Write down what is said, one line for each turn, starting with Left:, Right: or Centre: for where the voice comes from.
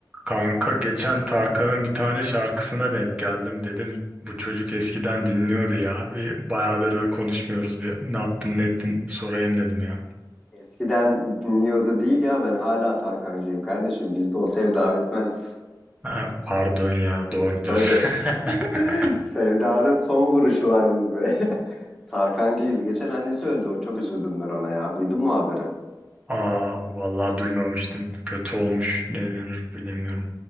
Right: Kanka geçen Tarkan'ın bir tane şarkısına denk geldim. Dedim bu çocuk eskiden dinliyordu ya. Bir bayağıdır da konuşmuyoruz. Bir ne yaptın ne ettin sorayım dedim ya.
Centre: Eskiden dinliyordu değil ya ben hala Tarkancıyım kardeşim. Bizde o sevda bitmez.
Right: Ha, pardon ya doğru diyorsun.
Centre: Tabii.
Right: <laughs>
Centre: <laughs> Sevdanın son vuruşu var bizde. <laughs> Tarkancıyız. Geçen annesi öldü. O çok üzüldüm ben ona ya. Duydun mu haberi?
Right: Aa vallahi duymamıştım. Kötü olmuş. Ne denir bilemiyorum.